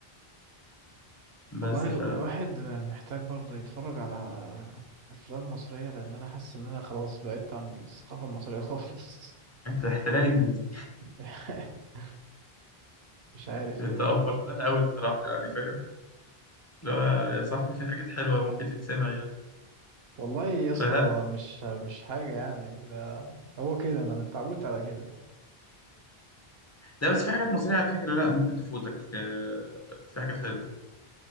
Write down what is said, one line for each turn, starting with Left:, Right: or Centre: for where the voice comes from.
Left: بس
Right: والله الو-
Left: ف
Right: الواحد محتاج برضه يتفرج على أفلام مصرية لأن أنا حاسس إن أنا خلاص بعدت عن الثقافة المصرية خالص
Left: أنت احتلال إنجليزي
Right: <laughs> مش عارف
Left: أنت
Right: إيه ده
Left: أفورتها
Right: والله
Left: أوي بصراحة يعني فاهم اللي هو يا صاحبي في حاجات حلوة ممكن تتسمع يعني
Right: والله يا
Left: فلا
Right: اسطى مش مش حاجة يعني ده هو كده أنا متعودت على كده
Left: لا بس في حاجات مصرية على فكرة لا ممكن تفوتك آه، في حاجات حلوة